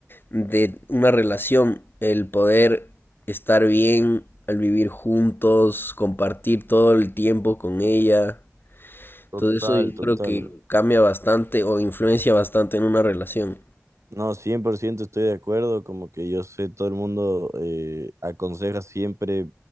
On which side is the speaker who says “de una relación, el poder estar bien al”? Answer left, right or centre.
Left